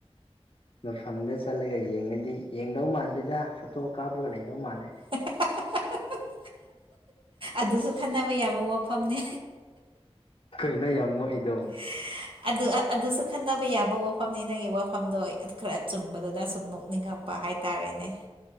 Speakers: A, on the left; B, on the right.
A: ꯃꯐꯝꯗ ꯆꯠꯂꯒ ꯌꯦꯡꯉꯗꯤ ꯌꯦꯡꯗꯧ ꯃꯥꯥꯟꯗꯦꯗ ꯐꯣꯇꯣ ꯀꯥꯞꯄꯒ ꯂꯩꯗꯧ ꯃꯥꯜꯂꯦ
B: <unintelligible> ꯑꯗꯨꯁꯨ ꯈꯟꯅꯕ ꯌꯥꯕ ꯋꯥꯐꯝꯅꯤ
A: ꯀꯩꯅꯣ ꯌꯥꯝ ꯅꯣꯛꯏꯗꯣ
B: <unintelligible> ꯑꯗꯨ ꯑꯗꯨꯁꯨ ꯈꯟꯅꯕ ꯌꯥꯕ ꯋꯥꯐꯝꯅꯤ ꯅꯩꯒꯤ ꯋꯥꯐꯝꯗꯣ ꯈ꯭ꯔ ꯆꯨꯝꯕꯗꯨꯗ ꯁꯨꯝ ꯅꯣꯛꯅꯤꯡꯉꯛ ꯄꯥ ꯍꯥꯏꯇꯥꯔꯦꯅꯦ